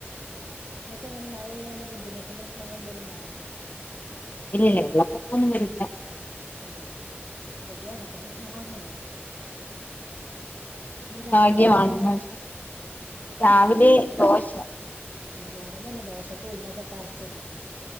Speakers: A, on the right; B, on the left.
A: ആഹ് ങ്ങക്കങ്ങനെ മഴേയാ വല്ല ബുദ്ധിമുട്ടും പ്രശ്നങ്ങളും ന്തെങ്കിലും ണ്ടാവല്ണ്ടോ
B: ഇല്ല ഇല്ല വെള്ളപ്പൊക്കൊന്നും വരില്ല.
A: ഉം ഇവടേം അങ്ങനത്തെ പ്രശ്നങ്ങളൊന്നുല്ല. ഇന്ന് രാവിൽത്തേന്
B: ഭാഗ്യമാണെന്ന്
A: എന്താന്
B: വെച്ചാ രാവിലെ
A: ഇപ്പ അങ്ങനെന്ന്.
B: ദോശ
A: ഉം ഞാനും തന്നെ ദോഷക് ഉയ്ന്നൊക്കെ ഇട്ടരച്ച് വെച്ച്ക്കണു.